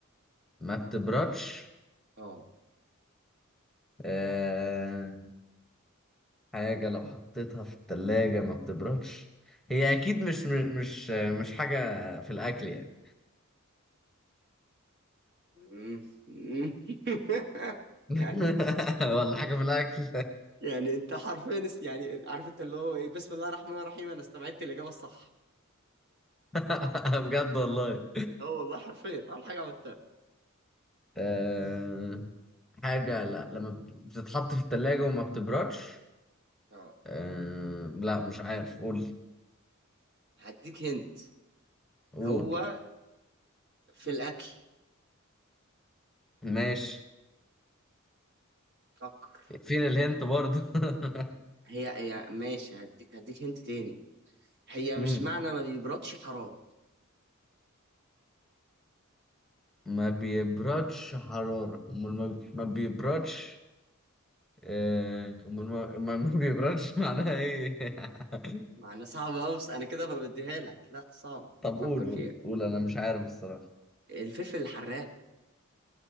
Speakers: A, in the centre; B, on the right (about 50°).
A: ما بتبردش
B: اه
A: آه... حاجة لو حطيتها في التلاجة ما بتبردش هي أكيد مش مش مش حاجة في الأكل يعني
B: مم، مم. <laughs>
A: <laughs>
B: يعني
A: ولا حاجة في الأكل
B: يعني انت حرفيا اس- يعني عارف انت اللي هو ايه بسم الله الرحمن الرحيم انا استبعدت الاجابه الصح
A: <laughs> بجد والله
B: اه والله حرفيا اول حاجه عملتها
A: آه... حاجة لا لما بتتحط في التلاجة وما بتبردش
B: اه
A: أه... لا مش عارف قول
B: هديك هنت
A: قول
B: هو في الاكل
A: ماشي
B: فكر
A: فين الهنت برضه <laughs>
B: هي هي ماشي هديك هديك هنت تاني هي
A: مم.
B: مش معنى ما بيبردش حراره
A: ما بيبردش حرارة امال ما ما بيبردش آه، امال ما أمال ما بيبردش <laughs> معناها ايه <laughs>
B: معنى صعب قوي بس انا كده ببديها لك لا صعب
A: طب قول
B: فكر فيها
A: قول قول انا مش عارف الصراحة
B: الفلفل الحراق